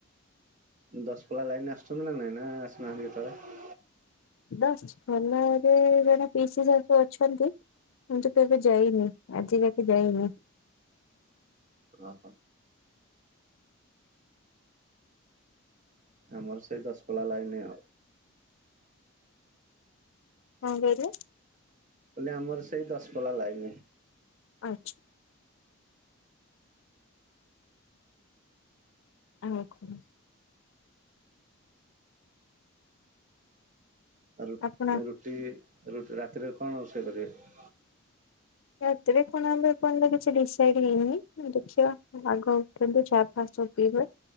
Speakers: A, on the right; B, on the left.
A: ଦଶପଲ୍ଲା ଲାଇନ୍ ରେ ଆସୁଛନ୍ତି ନା ନାଇଁ ନା ଆସୁନାହାନ୍ତି କେତେବେଳେ?
B: ଦଶପଲ୍ଲା ରେ ଜଣେ ପିଇସି ଶାଶୁ ଅଛନ୍ତି କିନ୍ତୁ କେବେ ଯାଇନି ଆଜିଯାକେ ଯାଇନି।
A: ଅହ। ଆମର ସେଇ ଦଶପଲ୍ଲା ଲାଇନ୍ ଆଉ।
B: କଣ କହିଲେ?
A: କହିଲି ଆମର ସେଇ ଦଶପଲ୍ଲା ଲାଇନ୍।
B: ଆଚ୍ଛା। ଆଉ କଣ?
A: ଆଉ ରୁ
B: ଆପଣ
A: ରୁଟି ରାତିରେ କଣ ରୋଷେଇ କରିବେ?
B: ରାତିରେ କଣ ହବ ଏ ପର୍ଯ୍ୟନ୍ତ କିଛି ଡିସାଇଡ ହେଇନି ଦେଖିବା ଆଗ ଉ ଉଠନ୍ତୁ ଚା ଫା ସବୁ ପିଇବେ।